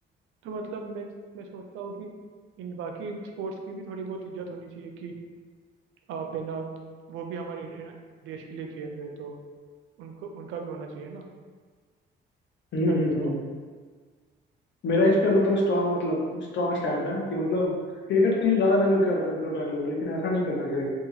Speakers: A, on the right; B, on the left.
A: तो मतलब मैं मैं सोचता हूँ कि इन बाकी स्पोर्ट्स की भी थोड़ी बहुत इज्जत होनी चाहिए कि आप है ना वो भी हमारे है ना, देश के लिए खेल रहे तो उनको उनका भी होना चाहिए ना
B: हम्म।
A: क्या
B: हम्म,
A: कहते हो
B: हम्म। मेरा इस पे मतलब स्ट्रांग मतलब स्ट्रांग स्टैंड है कि मतलब क्रिकेट को ही ज्यादा वैल्यू कर कर कर रहे हैं लोग लेकिन ऐसा नहीं करना